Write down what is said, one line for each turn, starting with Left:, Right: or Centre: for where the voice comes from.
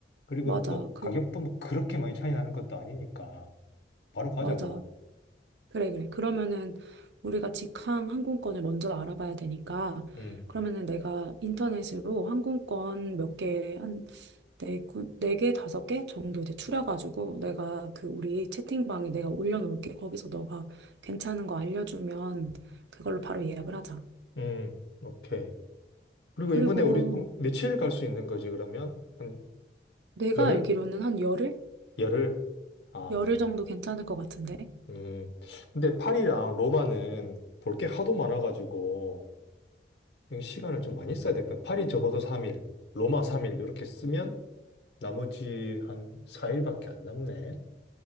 Left: 그리고
Right: 맞아.
Left: 뭐
Right: 그
Left: 가격도 뭐 그렇게 많이 차이 나는 것도 아니니까. 바로 가자고.
Right: 맞아. 그래, 그래. 그러면은 우리가 직항 항공권을 먼저 알아봐야 되니까
Left: 음,
Right: 그러면은 내가 인터넷으로 항공권 몇 개, 한 네, 군- 네 개, 다섯 개 정도 이제 추려가지고 내가 그 우리 채팅방에 내가 올려놓을게. 거기서 너가 괜찮은 거 알려주면 그걸로 바로 예약을 하자.
Left: 음, 오케이. 그리고
Right: 그리고
Left: 이번에 우리 총 며칠 갈 수 있는 거지, 그러면? 한
Right: 내가
Left: 열흘?
Right: 알기로는 한 열흘?
Left: 열흘? 아,
Right: 열흘 정도 괜찮을 것 같은데.
Left: 음. 근데 파리랑 로마는 볼게 하도 많아가지고, 이거 시간을 좀 많이 써야 돼. 그냥 파리 적어도 3일, 로마 3일, 이렇게 쓰면 나머지 한 4일밖에 안 남네.